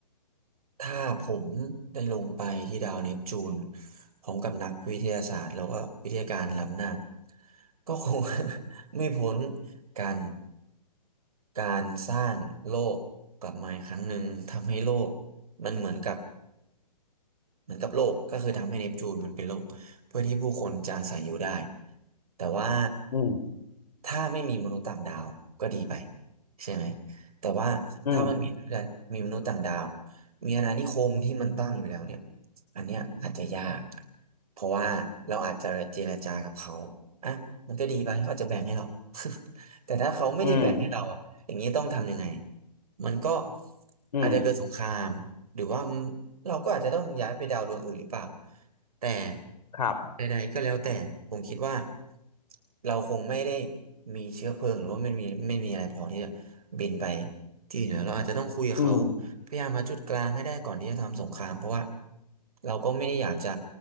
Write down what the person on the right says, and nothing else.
ถ้าผมได้ลงไปที่ดาวเนปจูนพร้อมกับนักวิทยาศาสตร์แล้วก็วิทยาการล้ำหน้าก็คง <laughs> ไม่พ้นการการสร้างโลกกลับมาอีกครั้งหนึ่งทำให้โลกมันเหมือนกับ เหมือนกับโลกก็คือทำให้เนปจูนมันเป็นโลกเพื่อที่ผู้คนจะอาศัยอยู่ได้แต่ว่า
ถ้าไม่มีมนุษย์ต่างดาวก็ดีไปใช่ไหมแต่ว่าถ้ามันมี
มีมนุษย์ต่างดาวมีอาณานิคมที่มันตั้งอยู่แล้วเนี่ยอันเนี้ยอาจจะยากเพราะว่าเราอาจจะเจรจากับเขาอ่ะมันก็ดีไปเขาอาจจะแบ่งให้เรา <laughs> แต่ถ้าเขาไม่ได้แบ่งให้เราอ่ะอย่างนี้ต้องทำยังไง
มันก็
อาจจะเกิดสงครามหรือว่าเราก็อาจจะต้องย้ายไปดาวดวงอื่นหรือเปล่าแต่
ใดๆก็แล้วแต่ผมคิดว่าเราคงไม่ได้มีเชื้อเพลิงหรือว่าไม่มีไม่มีอะไรพอที่จะบินไปที่อื่นแล้วเราอาจจะต้องคุยกับเขา
พยายามหาจุดกลางให้ได้ก่อนที่จะทำสงครามเพราะว่าเราก็ไม่ได้อยากจะ